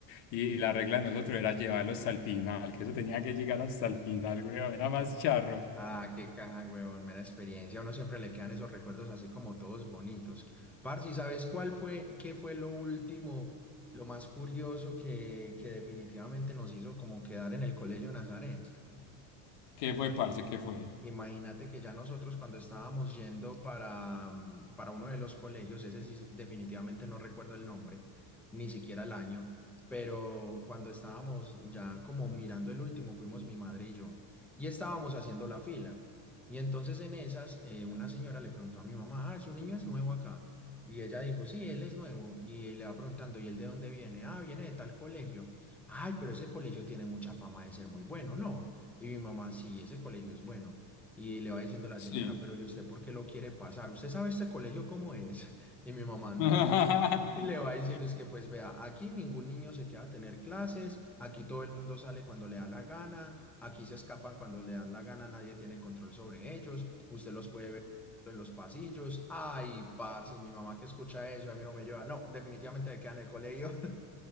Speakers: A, on the left; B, in the centre.
A: y, y la regla de nosotros era llevarlo hasta el final, que eso tenía que llegar hasta el final, weón, era más charro.
B: Ah, qué caja, huevón, mera experiencia. A uno siempre le quedan esos recuerdos así como todos bonitos. Parce, ¿sabes cuál fue, qué fue lo último, lo más curioso que, que definitivamente nos hizo como quedar en el Colegio Nazaret?
A: ¿Qué fue, parce? ¿Qué fue?
B: Imagínate que ya nosotros cuando estábamos yendo para, mm, para uno de los colegios, ese sí definitivamente no recuerdo el nombre, ni siquiera el año, pero cuando estábamos ya como mirando el último, fuimos mi madre y yo, y estábamos haciendo la fila. Y entonces en esas, eh, una señora le preguntó a mi mamá, ah, su niño es nuevo acá. Y ella dijo, sí, él es nuevo. Y le va preguntando, ¿y él de dónde viene? Ah, viene de tal colegio. Ay, pero ese colegio tiene mucha fama de ser muy bueno, ¿no? Y mi mamá, sí, ese colegio es bueno. Y le va diciendo la
A: Sí.
B: señora, pero ¿y usted por qué lo quiere pasar? ¿Usted sabe este colegio cómo es? <laughs> Y mi mamá no.
A: <laughs>
B: Y le va diciendo, es que pues vea, aquí ningún niño se queda a tener clases, aquí todo el mundo sale cuando le da la gana, aquí se escapan cuando le dan la gana, nadie tiene control sobre ellos, usted los puede ver en los pasillos. Ay, parce, mi mamá que escucha eso, a mí me lleva, no, definitivamente se queda en el colegio.